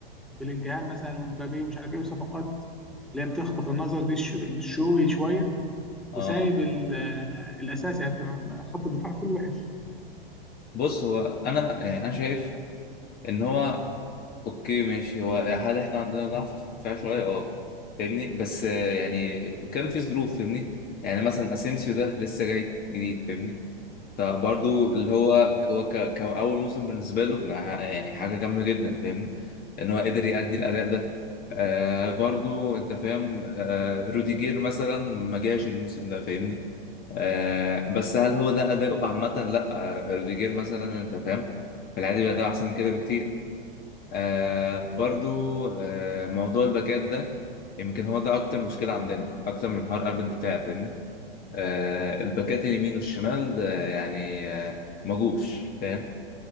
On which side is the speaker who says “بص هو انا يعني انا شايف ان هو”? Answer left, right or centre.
Left